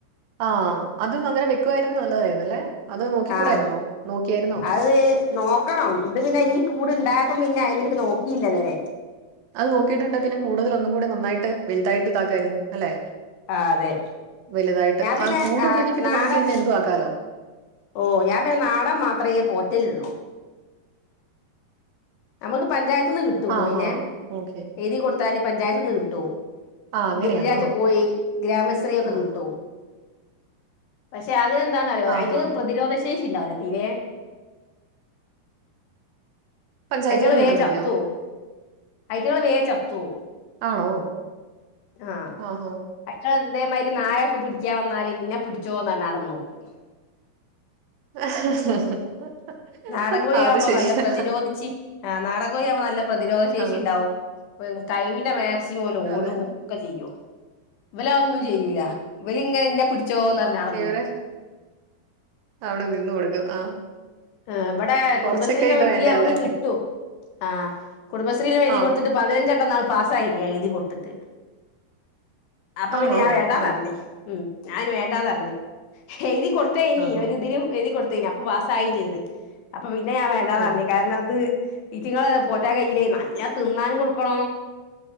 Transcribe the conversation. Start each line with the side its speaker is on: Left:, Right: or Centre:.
Right: ആഹ. അത അങ്ങനെ വെക്കുയിരുന്നു നല്ലതായിന്നല്ലെ. അത് നോക്കിക്കൂടായിരുന്നോ.
Left: ആഹ്
Right: നോക്കിയായിരുന്നോ.
Left: അത് നോക്കണം ഇത് പിന്നെ ഈ കൂട്ണ്ടായപ്പം പിന്നെ അയി്മക്ക് നോക്കിയില്ല ഇത് വരെ.
Right: അത് നോക്കിയിട്ടുണ്ടേ പിന്നെ കൂടുതല ഒന്നും കൂടി നന്നായിട്ട് വലുതായിട്ട് ഇതാക്കായിരുന്നു അല്ലെ?
Left: ആഹ് അതെ.
Right: വലുതായിട്ട്
Left: ഞാൻ പിന്നെ
Right: ആ കൂടുണ്ടെങ്കി പിന്നെ
Left: നാടൻ
Right: നമുക്ക് പിന്നെ എന്തു ആക്കാലോ?
Left: ഓ ഞാൻ പിന്നെ നാടൻ മാത്രമേ പോറ്റലുള്ളൂ. നമുക്ക് പഞ്ചായത്ത് ന്ന് കിട്ടും കോയിനെ
Right: ആഹാ! ഓക്കേ.
Left: എഴുതി കൊടു ടുത്താല് പഞ്ചായത്ത് ന്ന് കിട്ടും
Right: ആ അങ്ങനെയാണോ?
Left: ഗിരിരാജ് കോയി ഗ്രാമശ്രീയൊക്കെ
Right: ആ.
Left: കിട്ടു. പക്ഷെ അത് എന്താന്നറിയോ
Right: ആഹാ!
Left: അതി്ന് പ്രതിരോധ ശേഷി ഉണ്ടാവുല്ല തീരെ.
Right: പഞ്ചായത്തീന്ന്
Left: ഐറ്റകള് വേഗം
Right: കിട്ടുന്നൊക്കെയോ?
Left: ചത്തു ഐറ്റകള് വേഗം ചത്തു.
Right: ആണോ?
Left: ആഹ്
Right: ആഹാ!
Left: അയ്റ്റാള് അതേമാതിരി നായൊക്കെ പിടിക്കാ വന്നാല് ഇന്നെ പിടിച്ചോന്ന് പറഞ്ഞ് അവിടെ.
Right: <unintelligible>
Left: നാടൻ കോഴിയാവുമ്പൊ
Right: അത് ശരിയാ.
Left: നല്ല പ്രതിരോധിച്ച് ആ നാടൻകോഴി ആവുമ്പൊ നല്ല പ്രതിരോധ ശേഷി
Right: ആ.
Left: ഇണ്ടാവും. കൈവിന്റെ മാക്സിമം ഓല് ഓടും
Right: അതെ.
Left: ഒക്കെ ചെയും. ഇവല് ഒന്നും ചെയ്യൂല ഇവല് ഇങ്ങനെ ഇന്നെ പിടിച്ചോന്ന് നറഞ്ഞ് അവിടെ നിന്നൊടുക്കും.
Right: ഇവര് അവിടെ നിന്ന് കൊടുക്കും ആ
Left: ആ ഇവിടെ
Right: കൊറച്ചൊക്കെ
Left: കുടുംബശ്രീെന്റെ
Right: ഇത്
Left: ഇതില്
Right: വേണ്ടേ
Left: നമുക്ക്
Right: അല്ലേ?
Left: കിട്ടും ആ കുടുംബശ്രീ എഴുതി
Right: ആ.
Left: കൊടുത്തിട്ട്. പതിനഞ്ചെണ്ണ നാൾ പാസ് ആയി എഴുതി കൊട്‌ ത്തിട്ട്. അപ്പൊ
Right: ആണോ?
Left: പിന്നെ ഞാൻ വേണ്ടാന്ന്
Right: ആ.
Left: പറഞ്ഞ്, ഉം ഞാന് വേണ്ടാന്നറഞ്ഞ് എഴുതി കൊടു ത്തേനി
Right: ആഹാ!
Left: ഒരു ഇതില് എഴുതി കൊടുത്തേനി അപ്പൊ പാസായിം ചെയ്ത്. അപ്പൊ പിന്നെ ഞാൻ വേണ്ടാന്നറഞ്ഞ്
Right: ആ.
Left: കാരണം ഇത് ഈറ്റങ്ങളെ പോറ്റാൻ കയ്യില്ലേ നല്ലോം തിന്നാനും കൊടുക്കണം.